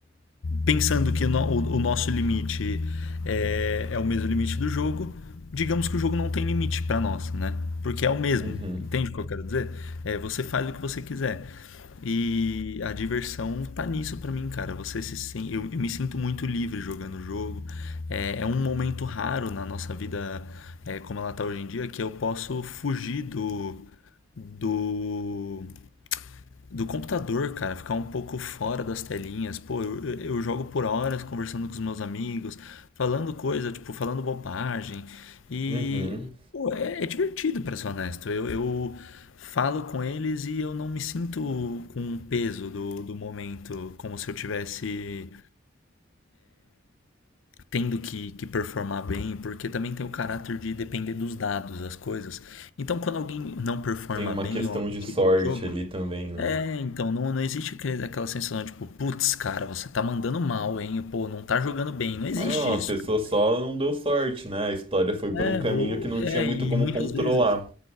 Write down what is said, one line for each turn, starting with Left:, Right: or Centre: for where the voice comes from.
Left: pensando que no- o, o nosso limite é, é o mesmo limite do jogo, digamos que o jogo não tem limite para nós, né? Porque é o mesmo.
Right: Uhum.
Left: Entende o que eu quero dizer? É, você faz o que você quiser. E a diversão tá nisso para mim, cara. Você se sen- eu, eu me sinto muito livre jogando o jogo. É, é um momento raro na nossa vida, é, como ela tá hoje em dia, que eu posso fugir do do do computador, cara, ficar um pouco fora das telinhas. Pô, eu, eu jogo por horas conversando com os meus amigos, falando coisa, tipo, falando bobagem. E,
Right: Uhum.
Left: pô, é, é divertido, pra ser honesto. Eu, eu falo com eles e eu não me sinto com o peso do, do momento, como se eu tivesse tendo que, que performar bem, porque também tem o caráter de depender dos dados, das coisas. Então, quando alguém não performa
Right: Tem uma
Left: bem
Right: questão
Left: ou algo
Right: de
Left: do tipo
Right: sorte
Left: no jogo.
Right: ali também, né?
Left: É, então, não, não existe aquele- aquela sensação tipo, putz, cara, você tá mandando mal, hein? Pô, não tá jogando bem. Não existe
Right: Ah, não, a
Left: isso,
Right: pessoa
Left: cara.
Right: só não deu sorte, né? A história foi por
Left: É,
Right: um caminho
Left: ou-
Right: que não
Left: é,
Right: tinha muito
Left: e
Right: como
Left: muitas
Right: controlar.
Left: vezes.